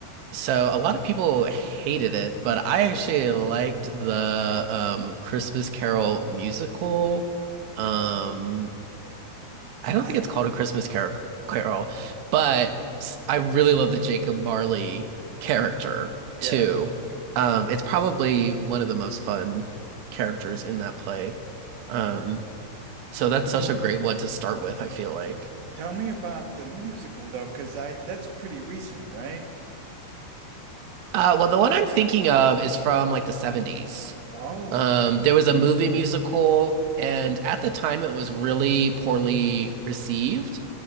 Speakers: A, on the right (about 85°); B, on the right (about 70°).
A: So a lot of people hated it, but I actually liked the um Christmas Carol musical. Um I don't
B: I,
A: think it's called a Christmas Car Carol, but s- I really love the Jacob Marley character
B: yes.
A: too. Um it's probably one of the most fun characters in that play. Um so that's
B: The
A: such a great one to start with, I feel like.
B: Tell me about the musical though, because I that's pretty recent, right?
A: Uh well the one I'm thinking of is from like the 70s.
B: Oh,
A: Um, there was a movie musical, and at the time it was really poorly received.